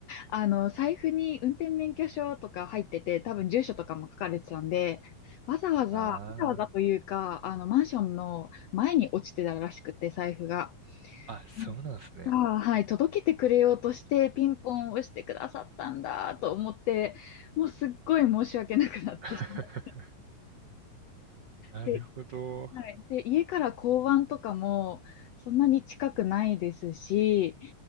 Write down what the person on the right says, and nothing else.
あ
あ、あ、そうなんですね。
<laughs> なるほど。